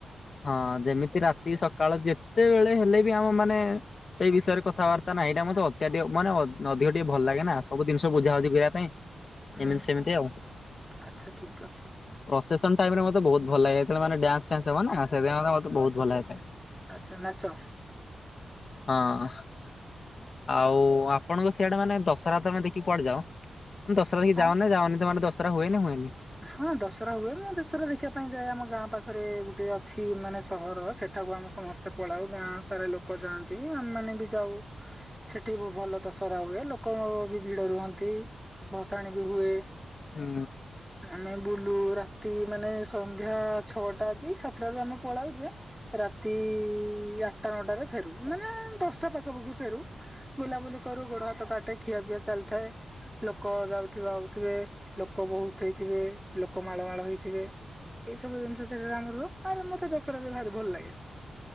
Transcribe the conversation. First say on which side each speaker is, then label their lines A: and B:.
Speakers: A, on the left (about 45°); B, in the centre.
A: ହଁ ଯେମିତି ରାତି ସକାଳ ଯେତେବେଳେ ହେଲେ ବି ଆମ ମାନେ ସେଇ ବିଷୟରେ କଥାବାର୍ତ୍ତା ନା ସେଇଟା ମତେ ଅତ୍ୟାଧିକ ମାନେ ନଧୀଘ ଟିକେ ଭଲ ଲାଗେ ନା ସବୁ ଜିନିଷକୁ ବୁଝାବୁଝି କରିବା ପାଇଁ
B: ଉଁ ହୁଁ
A: ଏମିତି ସେମିତି ଆଉ।
B: ଆଚ୍ଛା ଠିକ ଅଛି
A: ପ୍ରସେସନ ଟାଇମ ରେ ତ ବହୁତ ଭଲ ଲାଗେ। ମାନେ ଡାନ୍ସ ଫାନ୍ସ ହବ ନା। ସେଥିପାଇଁ ମତେ ବହୁତ ଭଲ ଲାଗେ
B: ଆଛା ନାଚ
A: ହଁ। ଆଉ ଆପଣଙ୍କ ସିଆଡେ ମାନେ ଦଶହରା ତମେ ଦେଖି କୁଆଡେ ଯାଅ? ଦଶହରା ଦେଖି ଯାଅ
B: ଆଉ
A: ନା ଯାଅ ନି? ତମ ଆଡେ ଦଶ ହୁଏ ନା ହୁଏନି?
B: ହଁ ଦଶହରା ହୁଏେ ଦଶରା ଦେଖିବା ପାଇଁ ଯାଏ ଆମ ଗାଁ ପାଖରେ ଗୋଟେ ଅଛି ମାନେ ସହର ସେଠାକୁ ଆମେ ସମସ୍ତେ ପଳାଉ ଗାଁ ସାରା ଲୋକ ଯାଆନ୍ତି ଆମେ ମାନେ ବି ଯାଉ। ସେଠି ବି ଭଲ ଦଶହରା ହୁଏ। ଲୋକ ବି ଭିଡ଼ ରୁହନ୍ତି ଭସାଣି ବି ହୁଏ।
A: ହୁଁ
B: ଆମେ ବୁଲୁ ରାତି ମାନେ ସନ୍ଧ୍ୟା ଛଅଟା କି ସାତଟା ଟାରୁ ଆମେ ପଳାଉଯେ ରାତି ଆଠଟା ନଅଟାରେ ଫେରୁ ମାନେ ଦଶଟା ପାଖାପଖି ଫେରୁ, ବୁଲାବୁଲି କରୁ, ଗୋଡ ହାତ କାଟେ, ଖିଆପିଆ ଚାଲିଥାଏ, ଲୋକ ଯାଉଥିବ ଆଉଥିବେ ଲୋକ ବହୁତ। ହେଇଥିବେ, ଲୋକ ମାଳ ମାଳ ହେଇଥିବେ, ଏସବୁ ଜିନିଷ ସେଟା ଆମର ଆଉ ମତେ ଦଶହରା ରେ ଭାରି ଭଲ ଲାଗେ।